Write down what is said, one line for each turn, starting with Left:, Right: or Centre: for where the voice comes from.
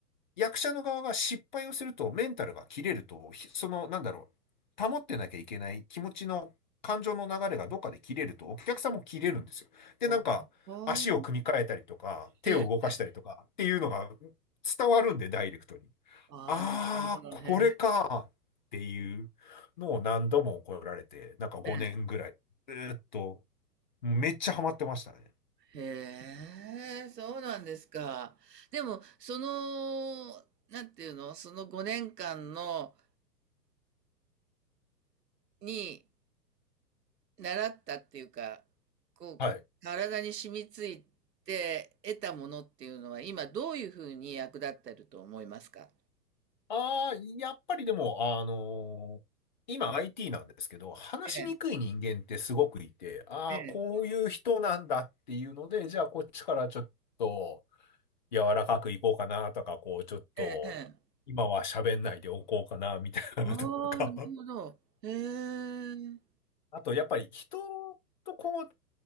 Left: 役者の側が失敗をすると、メンタルが切れると、ひその、なんだろう、保ってなきゃいけない気持ちの、感情の流れがどっかで切れると、お客さんも切れるんですよ。で、
Right: あ、
Left: なんか、
Right: ほお。
Left: 足を組み替えたりとか、手を動かしたりとかっていうのが
Right: ええ、ええ。
Left: 伝わるんで、ダイレクトに。
Right: ああ、
Left: ああ、
Right: なるほど、へ
Left: これかっていうのを何度も怒られて、なんか5年ぐらい、
Right: ええ。
Left: ずーっと、めっちゃハマってましたね。
Right: へえ、そうなんですか。でも、その、なんていうの、その5年間の、に習ったっていうか、こう、
Left: はい
Right: 体に染みついて得たものっていうのは、今どういうふうに役立ってると思いますか
Left: ああ、やっぱりでも、あのー今 IT なんですけど、話しにくい人間ってすごくいて、
Right: ええ、
Left: ああ、
Right: え
Left: こういう人なんだっていうので、じゃあこっちからちょっと柔らかくいこうかなとか、こうちょっと今は喋んないでおこうかなみたいなのとか。
Right: え、ええ、ええ。ああ、なるほど。
Left: <laughs>
Right: へえ、
Left: あとやっぱり人とこう